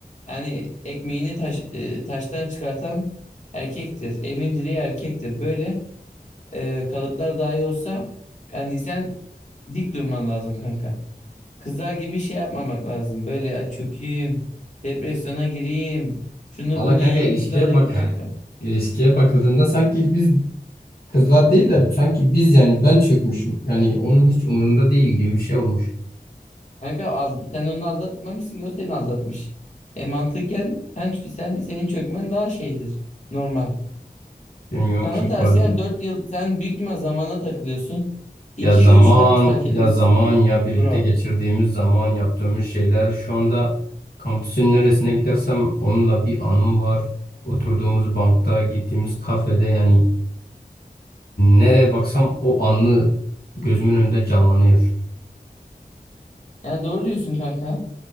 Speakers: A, on the left; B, on the left.
A: yani ekmeğini taş, e, taştan çıkartan erkektir. Evin direği erkektir. Böyle e, kalıplar dahi olsa yani sen dik durman lazım kanka. Kızlar gibi şey yapmamak lazım. Böyle ay çökeyim, depresyona gireyim, şunu
B: Valla
A: bunu
B: kanka
A: yiyeyim,
B: ilişkiye
A: kilo alayım
B: bak.
A: kanka.
B: <laughs> İlişkiye bakıldığında sanki biz kızlar değil de sanki biz yani ben çökmüşüm. Yani onun hiç umurunda değil gibi bir şey olmuş.
A: Kanka al- sen onu aldatmamışsın ki o seni aldatmış. E mantıken sen, sen senin çökmen daha şeydir. Normal.
B: Bilmiyorum
A: Sana
B: ki İkbal.
A: tavsiyem 4 yıl sen büyük ihtimal zamana takılıyorsun. iki
B: Ya zaman,
A: 3 4 fark etmez
B: ya zaman, ya birlikte
A: bro.
B: geçirdiğimiz zaman yaptığımız şeyler. Şu anda kampüsün neresine gidersem onunla bir anım var. Oturduğumuz bankta, gittiğimiz kafede yani nereye baksam o anı gözümün önünde canlanıyor.
A: Yani doğru diyorsun kanka.